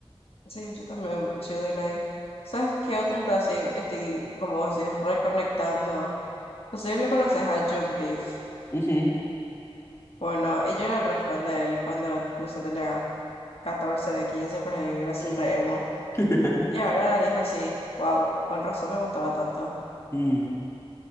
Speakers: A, on the left (about 70°); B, on the left (about 25°).
A: Sí, yo también, Line. ¿Sabes qué otro está así? Estoy como así reconectando. No sé si le conoces a Jung Beef.
B: Ujú,
A: Bueno, y yo era re fan de él cuando, no sé, tenía 14 15 por ahí, era así
B: mm.
A: re emo.
B: <laughs>
A: Y ahora dije así, wow, con razón me gustaba tanto.
B: Mm,